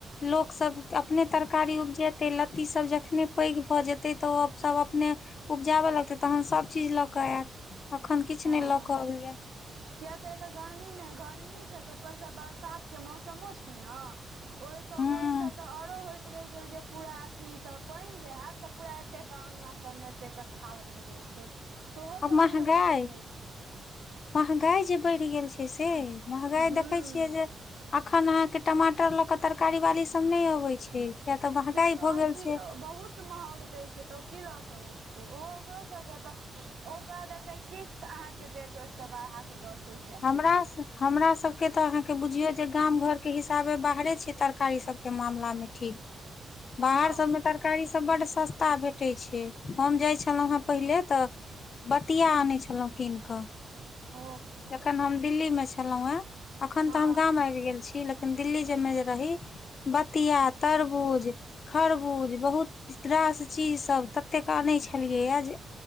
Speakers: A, on the left; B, on the right.
A: लोकसभ अपने तरकारी उपजेते, लत्ती सब जखने पैघ भऽ जेतै तऽ ओ सभ अपने उपजाबय लगतै, तहन सभ चीज लऽ कऽ आयत, अखन किछु
B: हँ
A: नहि लऽ कऽ अबैया।
B: किया त एते गर्मीमे गर्मी छै, ताहिपरसँ बरसातके मौसमो छै ने। ओहि त
A: हँ
B: ओहि से तऽ आरो होयत। रहै छै पूरा अथी सब पानि जे होयत, तऽ पूरा एतेक अगना सबमे एत थाल भऽ जाइ छै। ओहो सब
A: महगाई,
B: नहि होइत रहै छै
A: महगाई जे बढ़ि गेल छै से। महँगाई
B: हूँ
A: देखे छियै जे, अखन अहाँ के टमाटर लऽ के तरकारी बाली सब नहि अबे छै। तऽ महगाई
B: किया तऽ
A: भऽ
B: असी
A: गेल छै
B: बहुत महग दै छै तऽ ओ की लऽ के एतै, ओ ओकरो सबके तऽ ओ क देतै। किस्त अहाँ के देत ओहि सवा अहा के दस,। रुपैआ
A: हमरा
B: किछ
A: से हमरा सबके तऽ अहाँके बुझियौ जे गाम घरके हिसाबे बाहरे छै तरकारी सबके मामला मे ठीक।
B: हँ
A: बाहर सममे तर तरकारी सब बड सस्ता भेटैत छै, हम जाइ छलहुं हेँ पहिले त बतिया आनै छलहुँ कीन क।
B: ओ
A: जखन हम दिल्ली मे छलहुं हेँ, अखन
B: हँ
A: तऽ हम गाम आबि गेल छी। लेकिन दिल्ली जमे जे रही, बतिया, तरबूज, खरबूज, बहुत इ तरास चीज सब ततेक क आने छलियै या जे